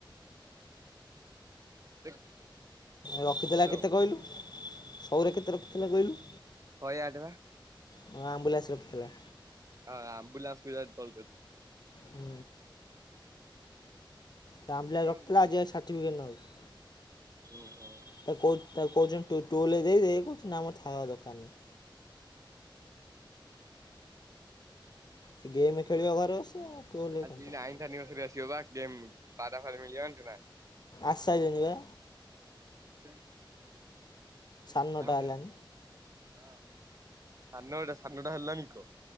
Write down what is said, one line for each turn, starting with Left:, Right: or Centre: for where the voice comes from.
Right: <inaudible> <inaudible>
Left: ରଖିଥିଲା
Right: ହ୍ୟାଲୋ
Left: କେତେ କହିଲୁ? ସଉର କେତେ ରଖିଥିଲା କହିଲୁ?
Right: ଶହେ ଆଠ ବା।
Left: ହଁ ଆମ୍ବୁଲାନ୍ସ ରଖିଥିଲା।
Right: ହଁ ଆମ୍ବୁଲାନ୍ସ ପିଲା କଲ୍ କରିୁଛି।
Left: ହୁଁ। ସେ
Right: ଲେଖିନି
Left: ଆମ୍ଭବ୍ଲା ରଖିଥିଲା
Right: ଆଉ
Left: ଆଜି ଆଉ ସାର୍ଟିଫିକେଟ୍ ନବାକୁ।
Right: ଉଁହୁଁ।
Left: ତା କହୁ ତା କହୁଛନ୍ତି ଟୁଲ ଦେଇ ଦେ କହୁଛନ୍ତି ନା ଥାଉ ମୋର ଦରକାର ନାହିଁ।
Right: ହୁଁ ହୁଁ।
Left: ସେ ଗେମ୍ ଖେଳିବ ଘରେ ବସିକି ଆଉ। ଟୋଲ୍
Right: ଆଜି
Left: କଣ ଦରକାର
Right: ନାଇଁନ୍ଥ ଆନିଭର୍ସରି ଆସିବ ବା ଗେମ ପାରା ଫାର ମିଳିବ ଜାଣିଛୁ ନା।
Left: ଆସି ସାଇଲାଣିପା।
Right: ସେ
Left: ସାଢ଼େ ନଅଟା
Right: କାହା ସାଢେ
Left: ହେଲାଣି
Right: ନଅଟା ସାଢେ ନଅଟା ହେଲାଣିି କି କହ?